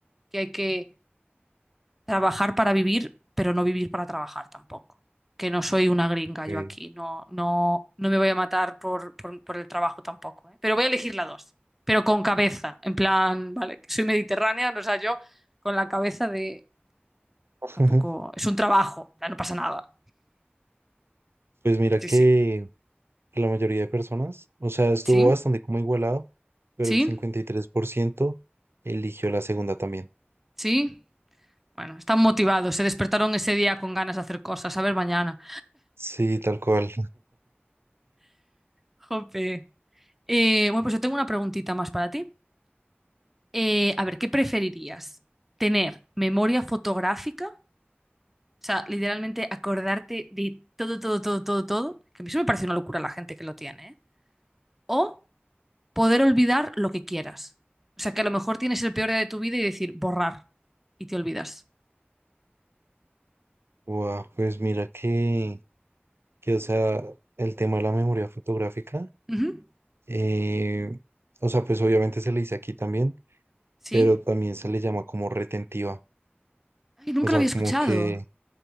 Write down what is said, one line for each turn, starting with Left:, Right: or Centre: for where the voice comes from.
Centre: que hay que trabajar para vivir, pero no vivir para trabajar tampoco. Que no soy una gringa
Right: Eh,
Centre: yo aquí, no, no, no me voy a matar por, por- por el trabajo tampoco, ¿eh? Pero voy a elegir la dos, pero con cabeza, en plan, vale, que soy mediterránea, o sea, yo con la cabeza de
Right: <laughs>
Centre: tampoco, es un trabajo, en plan, no pasa nada.
Right: Pues mira
Centre: Sí,
Right: que
Centre: sí,
Right: que la mayoría de personas, o sea, estuvo
Centre: sí,
Right: bastante como igualado, pero
Centre: sí,
Right: el 53% eligió la segunda también.
Centre: sí. Bueno, están motivados, se despertaron ese día con ganas de hacer cosas, a ver mañana.
Right: Sí, tal cual.
Centre: Jope. Eh, bueno, pues yo tengo una preguntita más para ti. Eh, a ver, ¿qué preferirías? ¿Tener memoria fotográfica? O sea, literalmente acordarte de todo, todo, todo, todo, todo. Que a mí eso me parece una locura la gente que lo tiene, ¿eh? O poder olvidar lo que quieras. O sea, que a lo mejor tienes el peor día de tu vida y decir borrar y te olvidas.
Right: Guau, pues mira que, que, o sea, el tema de la memoria fotográfica,
Centre: Ujú,
Right: eh, o sea, pues obviamente se le dice aquí también,
Centre: Sí.
Right: pero también se le llama como retentiva.
Centre: Ay, nunca
Right: O sea,
Centre: lo había
Right: como
Centre: escuchado.
Right: que